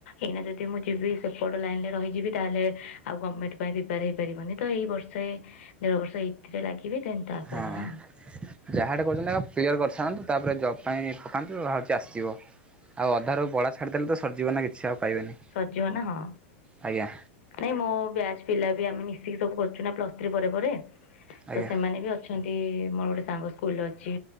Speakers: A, on the left; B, on the right.
A: ଏଇନା ଯଦି ମୁଁ ଯିବି ସେପଟ ଲାଇନରେ ରହିଯିବି ତାହେଲେ ଆଉ ଗମେଣ୍ଟ ପାଇଁ ପ୍ରିପାର ହେଇପାରିବନି। ତ ଏଇ ବର୍ଷେ ଦେଢ ବର୍ଷ ଏଇଥିରେ ଲାଗିବି ଦେନ୍ ତାପରେ
B: ହାଁ
A: ଯାହା ଆଉ।
B: ଯାହାଟେ କରୁଚନ୍ତି ଆଗ କ୍ଲିଅର କରିସାରନ୍ତୁ ତାପରେ ଜବ ପାଇଁ ପକାନ୍ତୁ ହାଉଚି ଆସିଯିବ। ଆଉ ଅଧାରୁ ବଳା ଛାଡ଼ିଦେଲେ ତ ସରିଯିବ ନା କିଛି ଆଉ ପାଇବେନି।
A: ସରଯିବ ନା ହଁ।
B: ଆଜ୍ଞା
A: ନାଇଁ ମୋ ବ୍ୟାଚ୍ ପିଲା ବି ଆମେ ମିଶିକି ସବୁ କରୁଚୁନା ପ୍ଲସ ଥ୍ରୀ ପରେ ପରେ
B: ଆଜ୍ଞା।
A: ତ ସେମାନେ ବି ଅ ଅଛନ୍ତି ମୋର ଗୋଟେ ସାଙ୍ଗ ସ୍କୁଲରେ ଅଛି